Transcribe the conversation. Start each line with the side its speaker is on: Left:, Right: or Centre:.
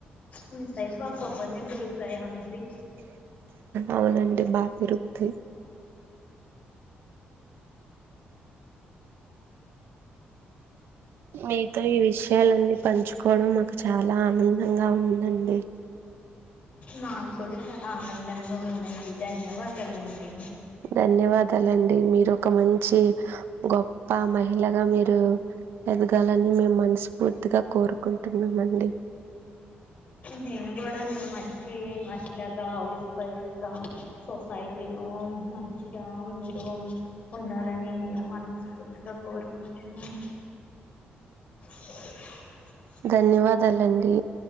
Left: మీ సైడ్ బా కొబ్బరి నీళ్లు దొరుకుతాయా అండి
Right: అవునండి బా దొరుకుతాయి మీతో ఈ విషయాలన్నీ పంచుకోవడం మాకు చాలా ఆనందంగా ఉందండి
Left: నాకు కూడా చాలా ఆనందంగా ఉందండి ధన్యవాదాలండి
Right: ధన్యవాదాలండి మీరు ఒక మంచి గొప్ప మహిళగా మీరు ఎదగాలని మేము మనస్ఫూర్తిగా కోరుకుంటున్నామండి
Left: నేను కూడా మీరు మంచి మహిళగా హౌస్ వైఫ్గా సొసైటీలో మంచిగా మీరు ఉండాలని నేను మనస్ఫూర్తిగా కోరుకుంటున్నాను మ్మ్మ్మ్
Right: ధన్యవాదాలండి